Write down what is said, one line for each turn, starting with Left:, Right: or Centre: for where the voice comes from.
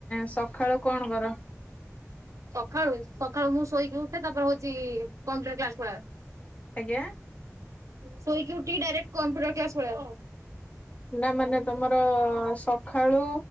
Left: ସକାଳୁ କଣ କର?
Right: ସଖାଳୁ ସଖାଳୁ ମୁଁ ଶୋଇକି ଉଠେ ତାପରେ ହଉଛି କମ୍ପୁଟର କ୍ଲାସ ପଳାଏ।
Left: ଆଜ୍ଞା।
Right: ସୋଇକି ଉଠିକି ଡାଇରେକ୍ଟ କମ୍ପ୍ୟୁଟର କ୍ଲାସ ପଳାଏ।
Left: ନା ମାନେ ତମର ସଖାଳୁ